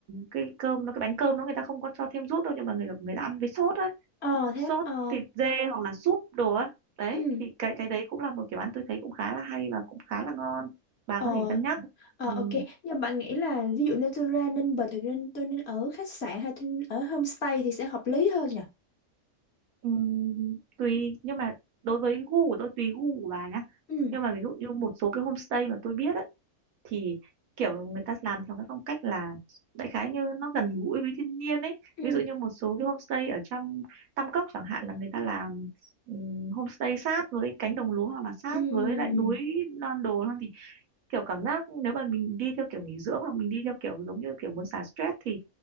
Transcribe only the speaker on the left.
Ờ thế,
á? ờ.
Ừ.
Ờ
Ờ
ok, nhưng bạn nghĩ là ví dụ Natura Ninh Bình thì nên tôi nên ở khách sạn hay tôi nên ở homestay thì sẽ hợp lý hơn nhỉ?
Ừ,
ừ,
ừ,